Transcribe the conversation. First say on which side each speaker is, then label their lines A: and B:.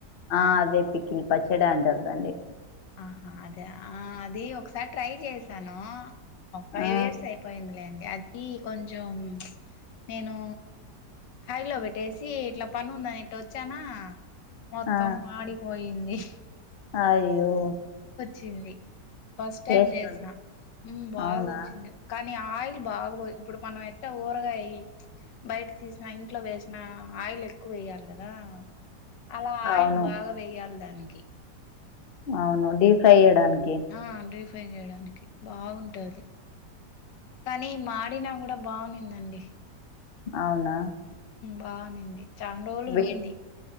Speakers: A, on the left; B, on the left.
A: ఆ అదే పిక్కిల్ పచ్చడి అంటారుదండి
B: ఆహా అదే ఆ అది ఒకసారి ట్రై చేశాను ఒక ఫైవ్
A: ఆ
B: ఇయర్స్ అయిపోయింది లేండి అది ఈ కొంచం నేను హైలో పెట్టేసి ఇట్లా పని ఉందని ఇట్టా వచ్చానా మొత్తం
A: ఆ
B: మాడిపోయింది
A: అయ్యో
B: చింది ఫస్ట్ టైం
A: టేస్ట్
B: చేసిన బాగ
A: అవునా
B: వచ్చింది కానీ ఆయిల్ బాబోయ్ ఇప్పుడు మనం ఎట్ట పొ గాయి బయట తీసిన ఇంట్లో వేసినా ఆయిల్ ఎక్కువ వేయాలి కదా అలా ఆయిల్
A: అవును
B: బాగా వేయాలి దానికి
A: అవును డీఫ్రై చేయడానికి
B: ఆ డీప్ ఫ్రై చేయడానికి బాగుంటది కానీ మాడినా కూడా బావునిందండి
A: అవునా
B: బావునింది చాన్రోలు
A: వేడి
B: ఉనింది